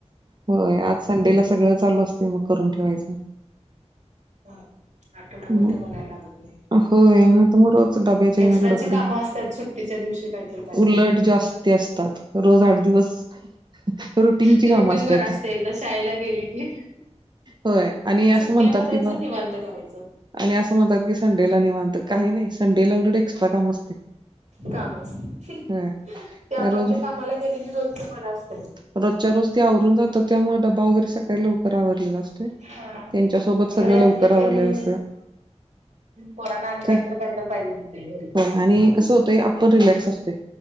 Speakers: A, on the right; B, on the right.
A: होय आज संडेला सगळं चालू असते मग करून ठेवायचं.
B: हं आठवडा भर
A: मग
B: तर बघायला लागत नाही.
A: होय ना तु मग रोज डब्याच्या
B: एक्स्ट्राची
A: आहे ना गडबडी
B: कामं असतात सुट्टीच्या दिवशी काहीतरी काहीतरी
A: उलट जास्त ते असतात रोज आठ दिवस रुटीनची
B: ते
A: कामं
B: रुटीन
A: असतात
B: बरं असत एकदा शाळेला गेली की
A: होय आणि असं
B: सुट्टी
A: म्हणतात
B: आहे म्हणायचं
A: की बा
B: निवांत करायचं
A: आणि असं म्हणतात की संडेला निवांत काही नाही संडेला उलट एक्स्ट्रा काम असते
B: काम असत ते
A: होय
B: आपापल्या
A: रोज
B: कामाला गेलेली रोजचा बर असते.
A: रोजच्या रोज ते आवरुन जातात त्यामुळे डबा वगैरे स काही लवकर आवरलेलं असतय त्यांच्या
B: हा.
A: सोबत
B: घरी
A: सगळं
B: असले
A: लवकर
B: की
A: आवरलेलं
B: आणि
A: असते
B: पोरांना आणि
A: काय
B: काहीतरी काहीतर पाहिजे असतय घरी
A: हो आणि कसं होतंय आपण रिलॅक्स असतोय